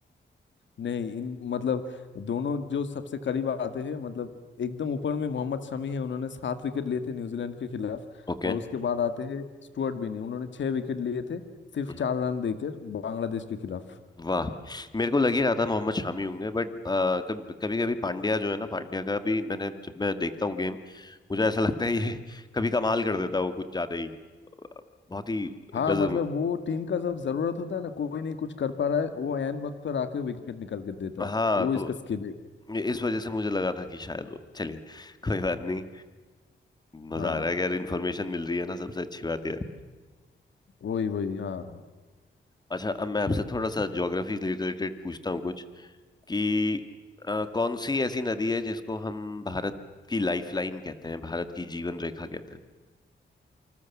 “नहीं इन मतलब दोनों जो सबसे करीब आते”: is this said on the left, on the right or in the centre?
Left